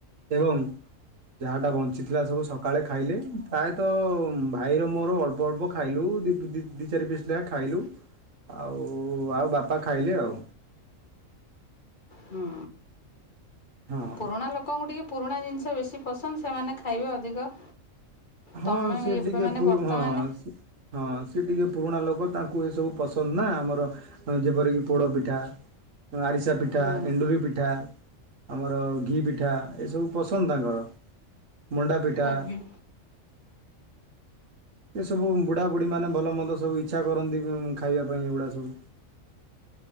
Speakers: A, on the right; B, on the left.
A: ଏବଂ ଯାହାଟା ବଞ୍ଚିଥିଲା ସବୁ ସକାଳେ ଖାଇଲେ ପ୍ରାୟତଃ ଭାଇର ମୋର ଅଳ୍ପ ଅଳ୍ପ ଖା ଖାଇଲୁ ଦୁଇ ଚାରି ପିସ୍ ଲେଖା ଖାଇଲୁ ଆଉ ଆଉ ବାପା ଖାଇଲେ ଆଉ।
B: ହୁଁ
A: ହଁ
B: ପୁରୁଣା ଲୋକଙ୍କୁ ଟିକେ ପୁରୁଣା ଜିନିଷ ବେଶୀ ପସନ୍ଦ ସେମାନେ ଖାଇବେ ଅଧିକ।
A: ହଁ
B: ତମେ
A: ସିଏ
B: ଏବେ
A: ଟିକେ
B: ମାନେ
A: ପୁ
B: ବର୍ତ୍ତମାନେ
A: ହଁ। ହଁ ସି ଟିକେ ପୁରୁଣା ଲୋକ ତାଙ୍କୁ ଏସବୁ ପସନ୍ଦ ନା ଆମର ଯେପରିକି ପୋଡ଼ ପିଠା ଆରିସା ପିଠା
B: ହୁଁ।
A: ଏଣ୍ଡୁରି ପିଠା ଆମର ଘି ପିଠା ଏସବୁ ପସନ୍ଦ ତାଙ୍କର ମଣ୍ଡା ପିଠା।
B: ଆଜ୍ଞା।
A: ଏସବୁ ବୁଢ଼ାବୁଢ଼ୀମାନେ ଭଲ ମନ୍ଦ ସବୁ ଇଚ୍ଛା କରନ୍ତି ଖାଇବା ପାଇଁ ଏଗୁଢଡ଼ା ସବୁ।